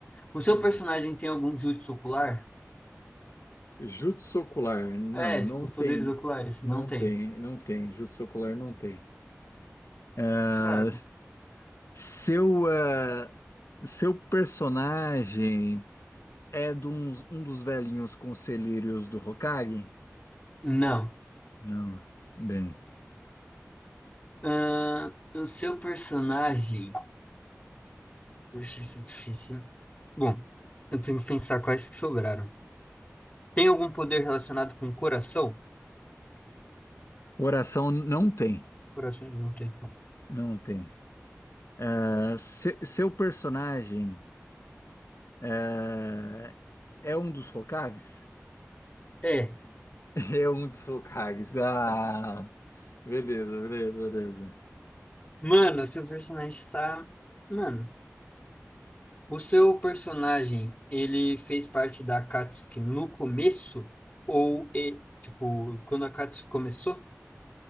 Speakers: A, on the left; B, on the left.
A: O seu
B: Hum.
A: personagem tem algum jutsu ocular?
B: Jutsu ocular, não,
A: É,
B: não
A: tipo,
B: tem,
A: poderes oculares?
B: não
A: Não tem.
B: tem, não tem, jutsu ocular não tem. Ah,
A: Caraca.
B: seu, ah, seu personagem é de uns- um dos velhinhos conselheiros do Hokage?
A: Não.
B: Não, bem,
A: Ahn, o seu personagem. Poxa, isso é difícil, hein? Bom, eu tenho que pensar quais que sobraram. Tem algum poder relacionado com o coração?
B: coração não tem,
A: Coração ele não tem.
B: não tem. Ah, se- seu personagem ah, é um dos Hokages?
A: É.
B: <laughs> É um dos Hokages. Ah, beleza, beleza, beleza.
A: Mano, seu personagem está. Mano, o seu personagem, ele fez parte da Akatsuki no começo? Ou, e- tipo, quando a Akatsuki começou?